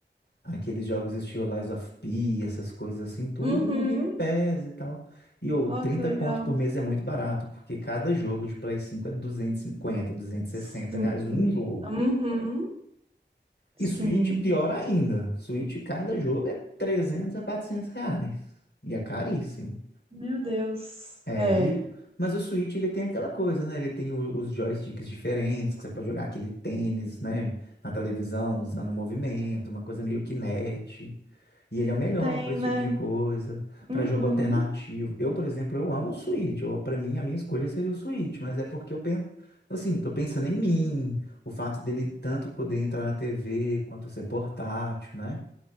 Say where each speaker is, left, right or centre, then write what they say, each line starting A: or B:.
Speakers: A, on the left; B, on the right.
A: aqueles jogos estilo Lies of P, essas coisas assim, tudo
B: Uhum.
A: no Game Pass e tal. E ou
B: Ó,
A: 30
B: que legal.
A: conto por mês é muito barato, porque cada jogo de Play 5 é duzentos duzentos e cinquenta duzentos e sessenta
B: Sim.
A: reais um jogo.
B: Uhum. Sim.
A: E Switch, pior ainda. Switch, cada jogo é 300 a 400 reais. E é caríssimo.
B: Meu Deus.
A: É,
B: É.
A: e, o- mas o Switch, ele tem aquela coisa, né? Ele tem o- os joysticks diferentes, que você pode jogar aquele tênis, né? Na televisão, usando o movimento, uma coisa meio Kinect. E ele é o melhor
B: Tem,
A: para esse
B: né?
A: tipo de coisa,
B: Uhum.
A: para jogo alternativo. Eu, por exemplo, eu amo o Switch. Eu, para mim, a minha escolha seria o Switch, mas é porque eu penso, assim, tô pensando em mim, o fato dele tanto poder entrar na TV quanto ser portátil, né?